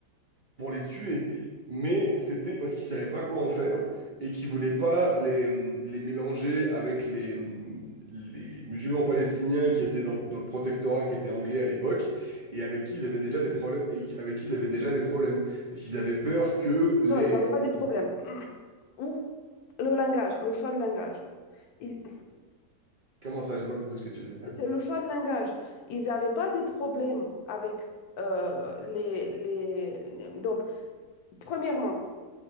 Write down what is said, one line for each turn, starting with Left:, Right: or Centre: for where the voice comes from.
Right: pour les tuer. Mais c'était parce qu'ils savaient pas quoi en faire et qu'ils voulaient pas les, les mélanger avec les, les musulmans palestiniens qui étaient dans, le dans le protectorat, qui étaient anglais à l'époque, et avec qui ils avaient déjà des problèmes, et avec qui ils avaient déjà des problèmes. Parce qu'ils avaient peur que les...
Left: Non, ils n'avaient pas des problèmes. Ou le langage, le choix de langage. Ils-
Right: Comment ça? J'ai pas compris ce que tu veux dire.
Left: C'est le choix de langage. Ils n'avaient pas des problèmes avec euh, les, les... Donc, premièrement,